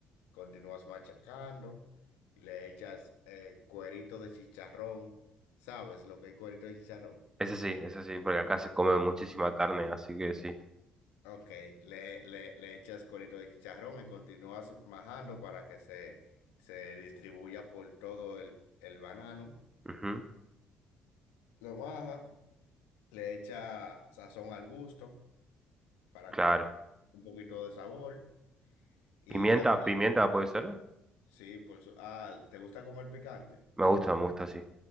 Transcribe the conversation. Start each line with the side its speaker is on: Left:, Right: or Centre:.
Left: continúas machacando, y le echas eh, cuerito de chicharrón, ¿sabes lo que es cuerito de chicharrón?
Right: Ese sí, ese sí, porque acá se come muchísima carne, así que sí.
Left: Ok, le, le, le echas corito de chicharrón y continúas majando para que se, se distribuya por todo el, el banano.
Right: Ujú,
Left: Lo baja le echa sazón al gusto para
Right: Claro.
Left: que un poquito de sabor. Y
Right: Pimienta,
Left: también,
Right: pimienta puede ser.
Left: sí, por su... Ah, ¿te gusta comer picante?
Right: Me gusta, me gusta, sí.